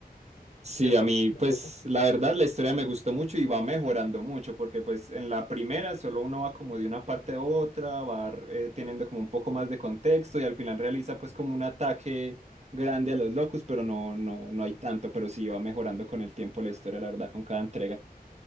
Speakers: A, on the right (about 45°); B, on the left (about 50°).
A: sí,
B: Y aparte,
A: a mí pues
B: Ujú.
A: la verdad la historia me gustó mucho y va mejorando mucho porque pues en la primera solo uno va como de una parte a otra, va eh, teniendo como un poco más de contexto y al final realiza pues como un ataque grande a los locos, pero no, no, no hay tanto, pero sí va mejorando con el tiempo la historia, la verdad, con cada entrega.